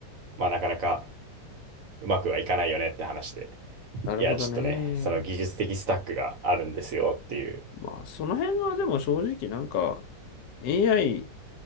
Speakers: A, on the right (about 60°); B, on the left (about 75°).
A: まあ、なかなかうまくはいかないよねって話で、
B: なるほどね。
A: いや、ちょっとね、その技術的スタックがあるんですよっていう、
B: まあ、その辺はでも正直なんか AI